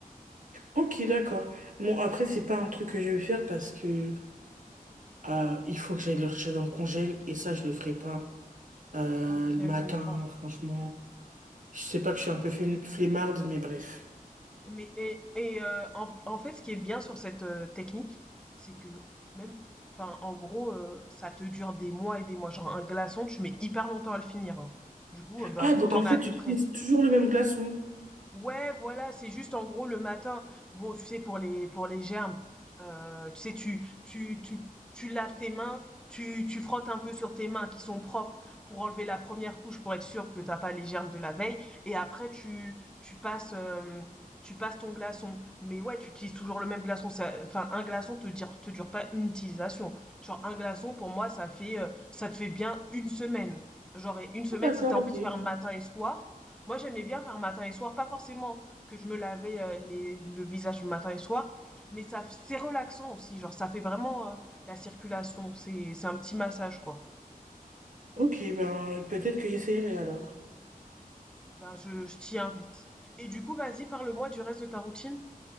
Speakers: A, on the right (about 60°); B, in the centre.
A: Ok, d'accord. Bon, après, c'est pas un truc que je vais faire parce que euh, il faut que j'aille le rechercher dans le congèle et ça, je le ferai pas euh,
B: Ok,
A: le
B: je
A: matin,
B: comprends.
A: franchement. Je sais pas que je suis un peu flem- flemmarde, mais bref.
B: Mais et et heu, en en fait, ce qui est bien sur cette, heu, technique, c'est que même enfin, en gros, heu, ça te dure des mois et des mois. Genre un glaçon, tu mets hyper longtemps à le finir, hein. Du coup, heu, bah,
A: Ah,
B: vu
A: donc
B: que tu
A: en
B: as
A: fait,
B: à
A: tu
B: peu
A: utilises
B: près
A: toujours le même glaçon.
B: Ouais, voilà, c'est juste en gros le matin. Bon, tu sais, pour les pour les germes, euh, tu sais, tu tu tu tu laves tes mains, tu tu frottes un peu sur tes mains qui sont propres pour enlever la première couche pour être sûr que t'as pas les germes de la veille. Et après, tu tu passes euh, tu passes ton glaçon. Mais ouais, tu utilises toujours le même glaçon. Ça- enfin, un glaçon te dure te dure pas une utilisation. Genre un glaçon pour moi, ça fait euh, ça te fait bien une semaine. Genre et une semaine
A: Ah, D'accord,
B: si t'as envie
A: ok.
B: de faire matin et soir. Moi, j'aimais bien faire matin et soir, pas forcément que je me lavais euh, les- le visage matin et soir, mais ça, c'est relaxant aussi, genre ça fait vraiment euh, la circulation, c'est, c'est un petit massage quoi.
A: Ok, ben euh, peut-être que j'essayerai alors.
B: Ben, je, je t'y invite. Et du coup, vas-y, parle-moi du reste de ta routine.